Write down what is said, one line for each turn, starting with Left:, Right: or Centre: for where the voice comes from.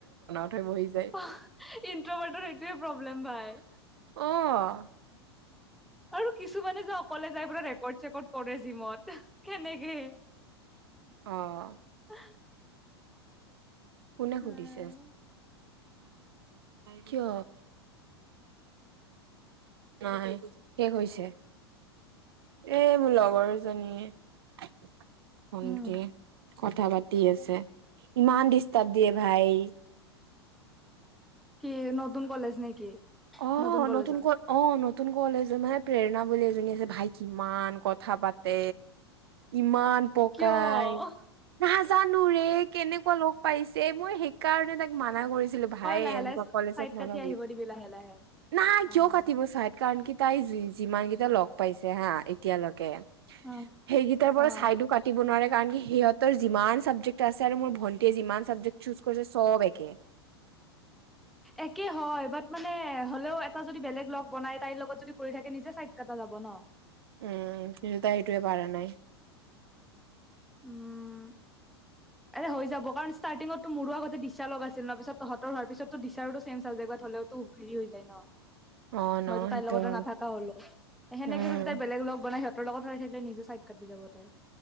Right: <inaudible> যায়
Centre: অ ইনট্ৰভাৰ্টৰ এইটোৱে প্ৰব্লেম ভাই,
Right: অ
Centre: আৰু কিছুমানে যে অকলে যাই পুৰা ৰেকৰ্ড চেকৰ্ড কৰে জিমত কেনেকে,
Right: অ, '
Centre: <unintelligible>
Right: কোনে
Centre: উম,
Right: সুধিছে। কিয়। নাই শেষ হৈছে। এ মোৰ লগৰ জনীয়ে শকি
Centre: উম,
Right: কথা পাতি আছে। ইমান ডিষ্টাৰ্ব দিয়ে ভাই।
Centre: কি নতুন কলেজ নাই কি।
Right: অ,
Centre: নতুন কলেজৰ?
Right: নতুনকৈ অ ন নতুন কলে যে মানে প্ৰেৰণা বুলি এজনী আছে। ভাই কিমান কথা পাতে ইমান পকাই
Centre: কিয়? অ',
Right: <inaudible> নুৰে কেনেকুৱা লগ পাইছ স মোৰ শিক কাৰণে তাক মাত না কৰিছিলো ভায়ে
Centre: লাহে
Right: এনেকুৱা
Centre: লাহে
Right: কলেজত
Centre: চাইড কাটি
Right: নলোবি
Centre: আহিব দিবি লাহে লাহে।
Right: নাই
Centre: অ'।
Right: কিয় কাটিব চাইট কাৰণ কি তাই যি, যিমান কেইটা লগ পাইছে হা এতিয়ালৈকে
Centre: অ',
Right: সেইকেইটাৰ
Centre: অ'।
Right: পৰা ছাইদো কাটিব নোৱাৰে। কাৰণ সিহঁতৰ যিমান চাবজেক্ট আছে আৰু মোৰ ভন্টীয়ে যিমান চাবজেক্ট চুজ কৰিছে চব একে।
Centre: একে হয়, বাট মানে হ'লেও এটা যদি বেলেগ লগ বনাই তাইৰ লগত যদি কৰি থাকে নিজে চাইড কটা যাব ন।
Right: উম কিন্ত তাই সেইটোৱে পাৰা নাই।
Centre: উম। আৰে হৈ যাব কাৰণ ষ্টাৰ্টিঙত তো মোৰো আগতে দিছা লগাইছিল ন, পিছত তহঁতৰো হয় পিছতো দিচাৰো ছেম চাবজেকত হলেতো হেৰি হৈ যায় ন।
Right: অ', ন
Centre: মইতো
Right: সেইটো
Centre: তাইৰ লগতে
Right: হয়
Centre: নাথাকা হ'লো, সেনেকে
Right: উম
Centre: যদি তাই বেলেগ লগ বনাই সিহ <unintelligible> থাকিলে নিজে চাইট কাটি যাব তাই।